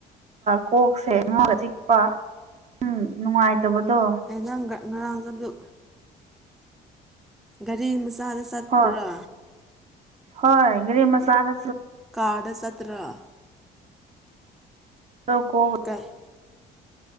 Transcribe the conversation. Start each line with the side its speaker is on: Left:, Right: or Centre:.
Right: ꯀꯣꯛꯁꯦ ꯉꯥꯎ ꯆꯤꯛꯄ ꯎꯝ ꯅꯨꯡꯉꯥꯏꯇꯕꯗꯣ
Centre: ꯅꯪꯒ ꯉꯔꯥꯡ ꯒꯗꯨ ꯒꯥꯔꯤ ꯃꯆꯥꯗ ꯆꯠꯄ꯭ꯔꯥ
Right: ꯍꯣꯏ ꯍꯣꯏ ꯒꯔꯤ ꯃꯁꯥꯗ
Centre: ꯀꯥꯗ ꯆꯠꯇ꯭ꯔ
Right: <unintelligible>
Centre: ꯀꯥꯏ